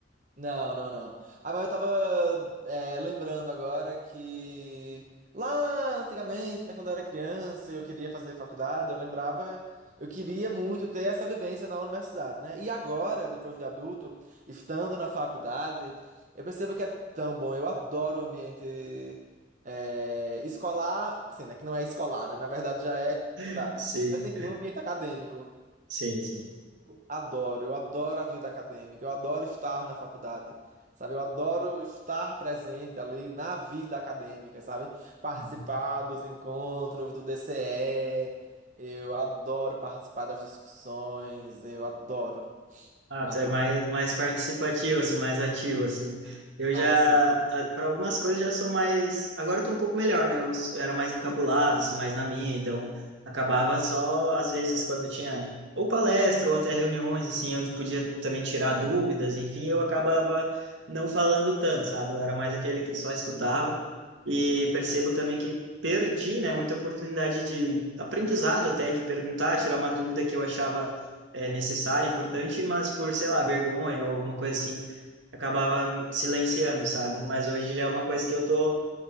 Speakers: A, on the right (about 45°); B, on the right (about 90°).
A: Não, não, não. Ah, mas eu tava é, lembrando agora que lá antigamente, né, quando eu era criança e eu queria fazer faculdade, eu lembrava, eu queria muito ter essa vivência na universidade, né? E agora, depois de adulto, estando na faculdade, eu percebo que é tão bom. Eu adoro o ambiente é, escolar, assim, né? Que não é escolar, né? Na verdade já é
B: <laughs>
A: faculdade.
B: Sim,
A: Mas enfim, o ambiente acadêmico.
B: sim, sim.
A: Adoro, eu adoro a vida acadêmica, eu adoro estar na faculdade, sabe? Eu adoro estar presente ali na vida acadêmica, sabe? Participar
B: Uhum.
A: dos encontros do DCE, eu adoro participar das discussões, eu adoro,
B: Ah,
A: adoro.
B: tu é mais, mais participativo, assim, mais ativo, assim. Eu
A: Ai,
B: já,
A: sim.
B: para algumas coisas, já sou mais. Agora eu tô um pouco melhor, né? Eu s- era mais encabulado, assim, mais na minha, então acabava só, às vezes, quando tinha ou palestra ou até reuniões, assim, onde podia também tirar dúvidas, enfim, eu acabava não falando tanto, sabe? Eu era mais aquele que só escutava. E percebo também que perdi, né, muita oportunidade de aprendizado até, de perguntar, tirar uma dúvida que eu achava é necessária, importante, mas por, sei lá, vergonha ou alguma coisa assim, acabava silenciando, sabe? Mas hoje já é uma coisa que eu tô